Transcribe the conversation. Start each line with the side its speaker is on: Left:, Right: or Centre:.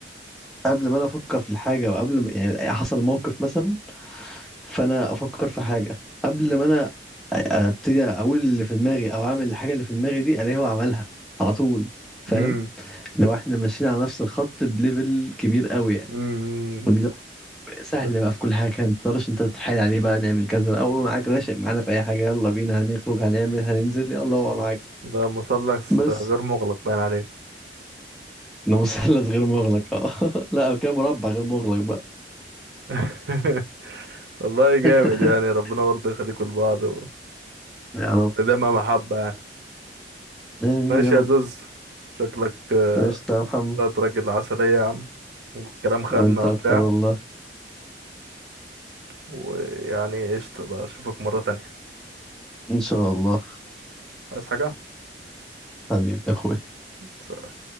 Centre: قبل ما انا افكر في الحاجه او قبل ما يعني حصل موقف مثلا فانا افكر في حاجه قبل ما انا ابتدي اقول اللي في دماغي او اعمل الحاجه اللي في دماغي دي الاقيه هو عملها على طول فاهم
Right: امم
Centre: لو احنا ماشيين على نفس الخط بليفل كبير قوي يعني
Right: امم
Centre: ودي طب سهل
Right: ده
Centre: بقى في كل حاجه كانت متقدرش انت تتحايل عليه بقى نعمل كذا او هو معاك راشق معانا في اي حاجه يلا بينا هنخرج هنعمل هننزل يلا هو معاك
Right: ده مثلث
Centre: بس
Right: غير مغلق باين عليه
Centre: انه مثلث غير مغلق اه <laughs> لا كان مربع غير مغلق بقى
Right: <laughs> والله جامد
Centre: <laughs>
Right: يعني ربنا برضه يخليكوا لبعض و...
Centre: يا رب
Right: ودايما محبة يعني
Centre: امين
Right: ماشي
Centre: يا رب
Right: يا زوز شكلك آه،
Centre: قشطة يا محمد
Right: طلعت راجل عسلية يا عم والكلام خدنا
Centre: وانت
Right: وبتاع
Centre: اكتر والله
Right: ويعني قشطة بقى اشوفك مرة تانية
Centre: ان شاء الله
Right: عايز حاجة؟
Centre: حبيبي يا اخوي
Right: سلام